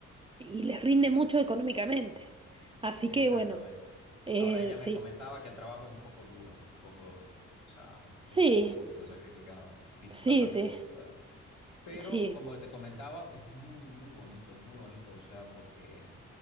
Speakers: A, on the right; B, on the left.
A: y les rinde mucho económicamente. Así
B: exactamente.
A: que bueno, eh,
B: Ahora ella
A: sí,
B: me comentaba que el trabajo es un poco duro, un poco, o sea,
A: sí,
B: es un poquito sacrificado, fis-
A: sí,
B: bastante
A: sí,
B: físico, ¿verdad? Pero
A: sí,
B: como te comentaba, es muy, muy bonito, es muy bonito, o sea, porque